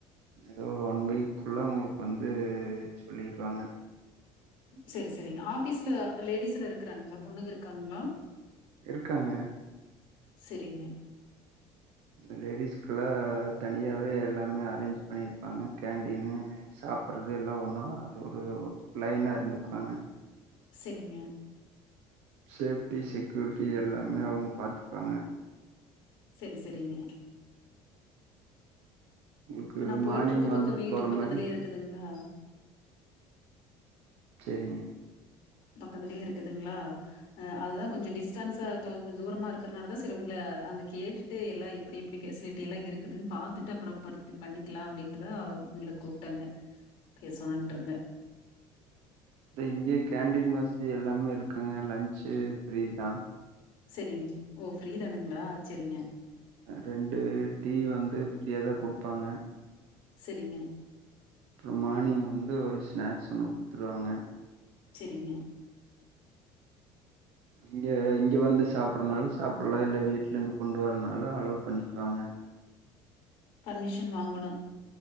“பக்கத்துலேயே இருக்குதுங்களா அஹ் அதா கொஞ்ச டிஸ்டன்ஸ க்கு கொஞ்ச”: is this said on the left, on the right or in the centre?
Left